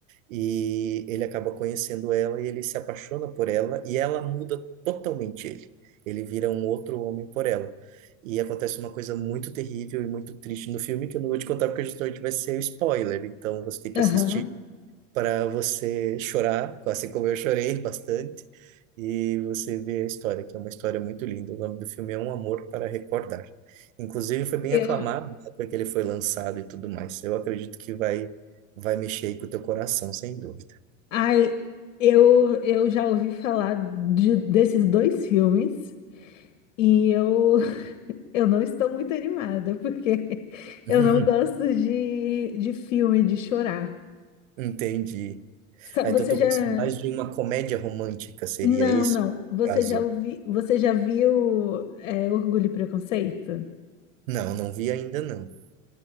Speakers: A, on the right; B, on the left.
A: E ele acaba conhecendo ela e ele se apaixona por ela e ela muda totalmente ele. Ele vira um outro homem por ela. E acontece uma coisa muito terrível e muito triste no filme que eu não vou te contar porque justamente vai ser spoiler. Então você tem que
B: aham.
A: assistir para você chorar, assim como eu chorei <laughs> bastante, e você ver a história, que é uma história muito linda. O nome do filme é Um Amor para Recordar. Inclusive foi bem
B: Eu,
A: aclamado na época que ele foi lançado e tudo mais. Eu acredito que vai vai mexer aí com o teu coração, sem dúvida.
B: Ai, eu, eu já ouvi falar de- desses dois filmes e eu, <laughs> eu não estou muito animada, porque <laughs>
A: <laughs>
B: eu não gosto de, de filme, de chorar.
A: Entendi.
B: Sa-
A: Ah,
B: Você
A: então tu
B: já.
A: gosta mais de uma comédia romântica, seria
B: Não,
A: esse
B: não. Você
A: o caso?
B: já ouvi, você já viu é, Orgulho e Preconceito?
A: Não, não vi ainda não.